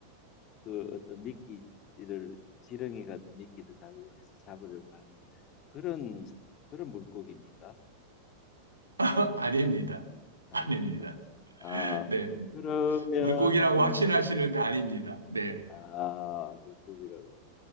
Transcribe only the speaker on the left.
그 어떤 미끼를 지렁이 같은 미끼를 달고 해서 잡으려고 하는 그런 그런 물고기입니까?
아닙니까? 아
그러면
아 물고기라고